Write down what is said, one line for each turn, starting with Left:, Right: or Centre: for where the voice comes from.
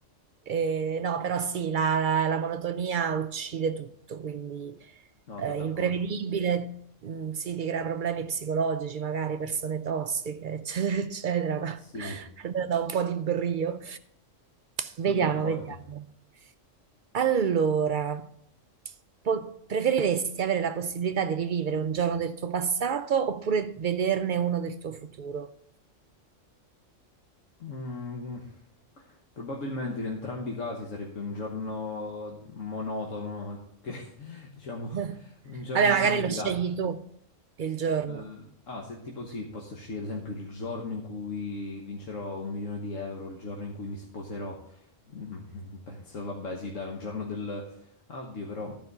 Right: Eh, no, però sì, la, la- la monotonia uccide tutto, quindi
Left: No,
Right: eh,
Left: sono d'accordo.
Right: imprevedibile, mh, sì, ti crea problemi psicologici, magari persone tossiche, <laughs> eccetera, eccetera, ma <laughs>
Left: Sì,
Right: almeno da un po' di brio.
Left: sono
Right: Vediamo,
Left: d'accordo.
Right: vediamo. Allora, po- preferiresti avere la possibilità di rivivere un giorno del tuo passato oppure vederne uno del tuo futuro?
Left: Mm, probabilmente in entrambi i casi sarebbe un giorno monotono, che, <laughs> diciamo,
Right: <laughs>
Left: un
Right: Vabbè,
Left: giorno insignificante.
Right: magari lo scegli tu il giorno.
Left: Eh, ah, se tipo sì, posso scegliere ad esempio il giorno in cui vincerò un milione di euro, il giorno in cui mi sposerò. Mm, <laughs> penso, vabbè, sì, dai, un giorno del... Ah, oddio, però,